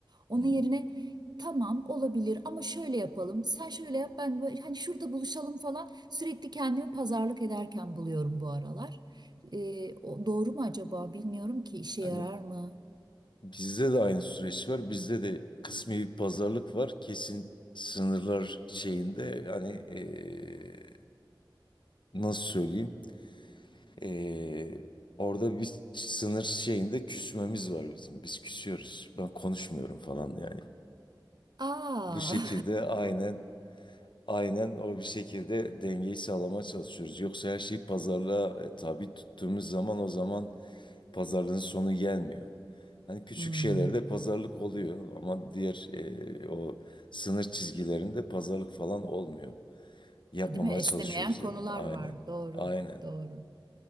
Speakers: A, on the right; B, on the left.
A: Onun
B: Hı.
A: yerine tamam olabilir ama şöyle yapalım. Sen şöyle yap ben böyle hani şurada buluşalım falan sürekli kendimi pazarlık ederken buluyorum bu aralar. Ee, o doğru mu acaba? Bilmiyorum ki işe
B: Hani
A: yarar mı?
B: bizde de aynı süreç var. Bizde de kısmi bir pazarlık var. Kesin sınırlar şeyinde yani eee, nasıl söyleyeyim? Ee, orada bir sınır şeyinde küsmemiz var bizim. Biz küsüyoruz. Ben konuşmuyorum falan yani.
A: Aa.
B: Bu şekilde
A: <laughs>
B: aynen aynen o bir şekilde dengeyi sağlamaya çalışıyoruz. Yoksa her şeyi pazarlığa e, tabi tuttuğumuz zaman o zaman pazarlığın sonu gelmiyor. Hani küçük
A: Hmm.
B: şeylerde pazarlık oluyor ama diğer e, o sınır çizgilerinde pazarlık falan olmuyor. Yapmamaya
A: Değil mi? Esnemeyen
B: çalışıyoruz
A: konular
B: yani. Aynen.
A: var. Doğru.
B: Aynen.
A: Doğru.